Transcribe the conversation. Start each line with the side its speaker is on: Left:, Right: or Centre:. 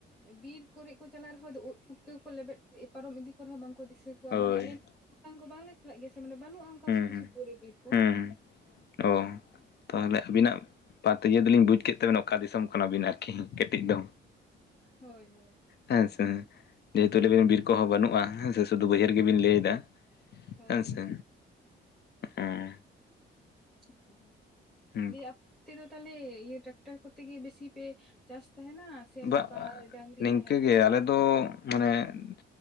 Centre: ᱵᱤᱨ ᱠᱚᱨᱮ ᱠᱚ ᱪᱟᱞᱟᱜ ᱨᱮᱦᱚᱸ ᱟᱫᱚ ᱩᱫ ᱯᱩᱴᱠᱟᱹ ᱠᱚ ᱞᱮᱵᱮᱫ ᱯᱟᱨᱚᱢ ᱤᱫᱤ ᱠᱚ ᱨᱮᱦᱚᱸ ᱵᱟᱝᱠᱚ ᱫᱤᱥᱟᱹ ᱠᱚ
Left: ᱦᱳᱭ
Centre: ᱢᱟᱱᱮ ᱟᱞᱮᱛᱟᱝ ᱠᱚ ᱵᱟᱝᱞᱮ ᱪᱟᱞᱟᱜ ᱜᱮᱭᱟ ᱥᱮ ᱢᱟᱱᱮ ᱵᱟᱹᱱᱩᱜᱼᱟ ᱚᱱᱠᱟ
Left: ᱦᱩᱸ
Centre: ᱥᱩᱨ
Left: ᱦᱩᱸ
Centre: ᱥᱩᱯᱩᱨ ᱨᱮ ᱵᱤᱨ ᱠᱚ
Left: ᱦᱩᱸ ᱚ ᱛᱟᱦᱞᱮ ᱟᱹᱵᱤᱱᱟᱜ ᱵᱟᱛᱤᱭᱟᱹ ᱫᱚᱞᱤᱧ ᱵᱩᱡᱽ ᱠᱮᱫ ᱛᱟᱵᱤᱱᱟ ᱚᱠᱟ ᱫᱤᱥᱚᱢ ᱠᱟᱱᱟᱵᱤᱱ ᱟᱨᱠᱤ ᱠᱟᱹᱴᱤᱡ ᱫᱚ
Centre: ᱦᱳᱭ ᱦᱳᱭ
Left: ᱦᱮᱸᱥᱮ ᱡᱮᱦᱮᱛᱩ ᱟᱵᱮᱱ ᱵᱤᱨ ᱠᱚᱦᱚᱸ ᱵᱟᱹᱱᱩᱜᱼᱟ ᱦᱮᱸ ᱥᱮ ᱥᱤᱫᱷᱩ ᱵᱟᱹᱭᱦᱟᱹᱨ ᱜᱮᱵᱤᱱ ᱞᱟᱹᱭ ᱮᱫᱟ
Centre: ᱦᱳᱭ
Left: ᱦᱮᱸ ᱥᱮ ᱚᱸ
Centre: ᱦᱮᱸ
Left: ᱦᱮᱸ
Centre: ᱟᱯ ᱛᱮᱫᱚ ᱛᱟᱦᱚᱞᱮ ᱤᱭᱟᱹ ᱴᱨᱟᱠᱴᱟᱨ ᱠᱚᱛᱮ ᱜᱮ ᱵᱮᱥᱤ ᱯᱮ ᱪᱟᱥ ᱛᱟᱦᱮᱱᱟ ᱥᱮ ᱱᱚᱝᱠᱟ
Left: ᱵᱟ
Centre: ᱰᱟᱝᱨᱤ
Left: ᱱᱤᱝᱠᱟᱹᱜᱮ
Centre: ᱱᱟᱦᱮᱞ ᱠᱚᱛᱮ
Left: ᱟᱞᱮ ᱫᱚ ᱢᱟᱱᱮ